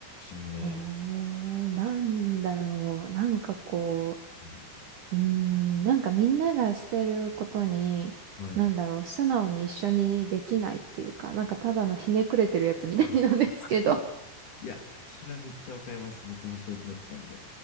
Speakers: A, on the left; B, on the right.
A: 議に思います。
B: えー、なんだろう。なんかこ
A: うん
B: う、うーん、なんかみんながしてることに、
A: はい。
B: なんだろう、素直に一緒にできないっていうか、なんかただのひねくれてるやつみたいなんですけど。
A: あーいや、それはめっちゃわかります。僕もそういうタイプなんで。